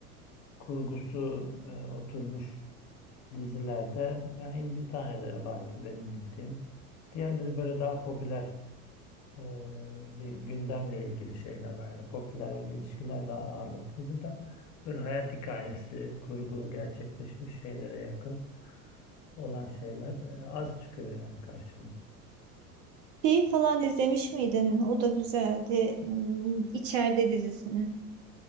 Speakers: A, on the left; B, on the right.
A: kurgusu e, oturmuş dizilerde yani İnci Taneleri vardı benim bildiğim. Diğerleri böyle daha popüler e, bir gündemle ilgili şeyler var. Yani popüler öyle ilişkilerle ağırlıklıydı da böyle hayat hikayesi, kurgu gerçekleşmiş şeylere yakın olan şeyler e, az çıkıyor yani karşıma.
B: Şeyi falan izlemiş miydin? O da güzeldi. Hmm, İçeride dizisini.